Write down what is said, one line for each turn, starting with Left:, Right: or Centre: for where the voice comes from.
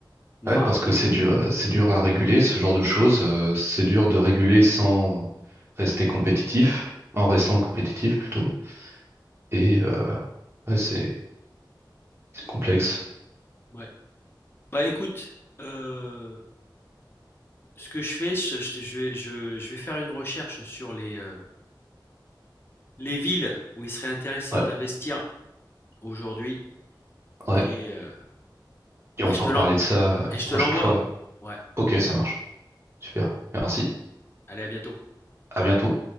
Left: noires.
Right: Ouais, parce que c'est dur, euh, c'est dur à réguler, ce genre de choses. euh, c'est dur de réguler sans rester compétitif, en restant compétitif plutôt. Et euh, ouais, c'est c'est complexe.
Left: Ouais. Bah, écoute, heu, ce que je fais, je je je vais je je vais faire une recherche sur les, heu, les villes où il serait intéressant
Right: Ouais,
Left: d'investir aujourd'hui
Right: ouais.
Left: et heu
Right: Et
Left: et
Right: on peut
Left: je te
Right: reparler
Left: l'en
Right: de ça
Left: Et
Right: une
Left: je
Right: prochaine
Left: te l'envoie.
Right: fois.
Left: Ouais,
Right: Ok, ça marche. Super. Merci.
Left: allez à bientôt.
Right: À bientôt.